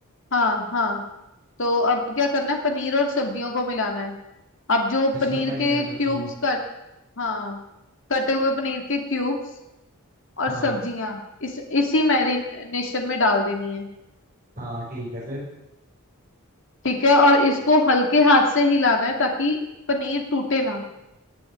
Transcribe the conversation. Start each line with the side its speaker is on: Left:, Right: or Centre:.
Left: हाँ हाँ तो अब क्या करना है पनीर और सब्जियों को मिलाना है अब जो
Right: इसमें
Left: पनीर
Right: पनीर
Left: के
Right: और सब्जी
Left: क्यूब्स हाँ कटे हुए पनीर के क्यूब्स
Right: हाँ
Left: और सब्जियां इस इसी मैरिनेशन में डाल देनी है
Right: हाँ ठीक है फिर
Left: ठीक है और इसको हल्के हाथ से हिलाना है ताकि पनीर टूटे ना